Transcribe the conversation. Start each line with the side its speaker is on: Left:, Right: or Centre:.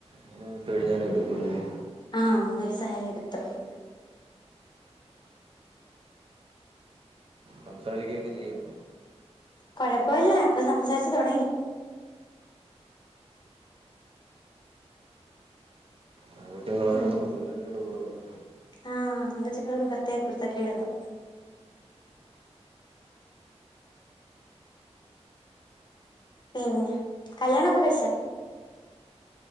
Right: മൂന്ന് കഴിഞ്ഞാലേ എടുക്കുള്ളൂല്ലേ
Left: ആഹ് മൂന്ന് വയസ്സായാലേ എടുത്തള്ളൂ.
Right: സംസാരിക്കയൊക്കെ ചെയ്യോ?
Left: കൊഴപ്പവില്ല ഇപ്പൊ സംസാര്ച്ചു തുടങ്ങി.
Right: <unintelligible>
Left: <unintelligible>
Right: കുരുത്തക്കേട് കൂടുതലാ
Left: ആഹ് ആൺ കൊച്ചുങ്ങൾക്ക് പ്രേത്യേക കുരുത്ത കേടുകളാ. പിന്നെ കല്യാണം ഒക്കെ കഴിച്ചോ?